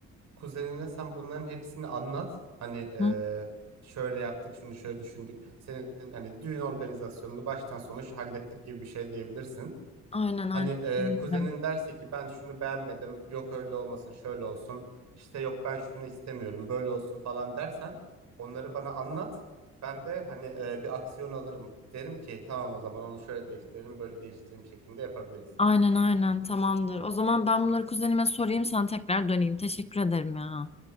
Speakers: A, on the right; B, on the left.
A: Kuzenine sen bunların hepsini anlat. Hani eee,
B: Hı?
A: şöyle yaptık, şunu şöyle düşündük. Senin hani düğün organizasyonunu baştan sona şu hallettik gibi bir şey diyebilirsin.
B: Aynen
A: Hani
B: aynen.
A: e, kuzenin derse ki ben şunu beğenmedim, yok öyle olmasın, şöyle olsun, işte yok ben şunu istemiyorum, böyle olsun falan dersen onları bana anlat. Ben de hani e, bir aksiyon alırım. Derim ki tamam o zaman onu şöyle değiştirelim, böyle değiştirelim şeklinde yapabiliriz.
B: Aynen aynen tamamdır. O zaman ben bunları kuzenime sorayım sana tekrar döneyim. Teşekkür ederim ya.